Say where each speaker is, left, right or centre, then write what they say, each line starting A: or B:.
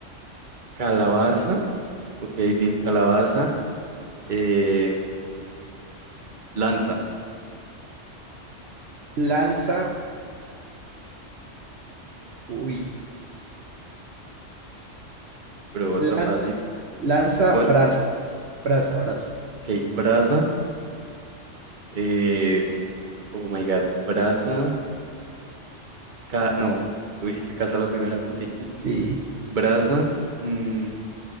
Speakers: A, on the right (about 40°); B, on the right (about 60°).
A: Calabaza, ok, bien, calabaza. eh, lanza,
B: Lanza, uy.
A: pero está
B: Lanz,
A: fácil.
B: lanza,
A: ¿Cuál?
B: brasa. Brasa, brasa.
A: Ok, brasa. eh, oh my god, brasa. Ca no, tú dijiste casa la primera, ¿no? Sí. <laughs>
B: Sí.
A: Brasa. mm,